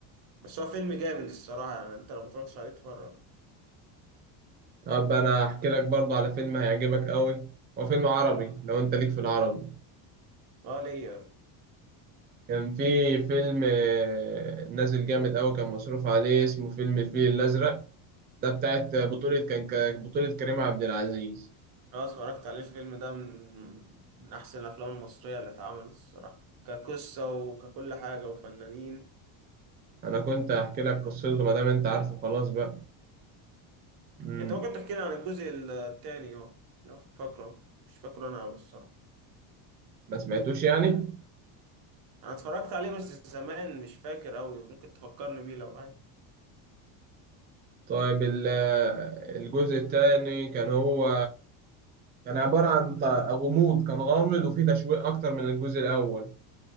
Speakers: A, on the right (about 45°); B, on the right (about 25°).
A: بس هو فيلم جامد الصراحه يعني انت لو متفرجتش عليه اتفرج
B: طب أنا أحكي لك برضه على فيلم هيعجبك أوي هو فيلم عربي لو أنت ليك في العربي
A: اه ليا
B: كان في فيلم آه، نازل جامد أوي كان مصروف عليه اسمه فيلم الفيل الأزرق ده بتاعت بطولة كان كان بطولة كريم عبد العزيز
A: اه اتفرجت عليه الفيلم ده من من احسن الافلام المصريه اللي اتعملت الصراحه كقصه وككل حاجه وفنانين
B: أنا كنت هحكي لك قصته ما دام أنت عارفه خلاص بقى مم.
A: انت ممكن تحكي لي عن الجزء التاني اه لو فاكره مش فاكره انا قوي الصراحه
B: ما سمعتوش يعني
A: انا اتفرجت عليه بس زمان مش فاكر قوي ممكن تفكرني بيه لو عايز
B: طيب ال- الجزء الثاني كان هو كان عبارة عن ط- غموض كان غامض وفيه تشويق أكتر من الجزء الأول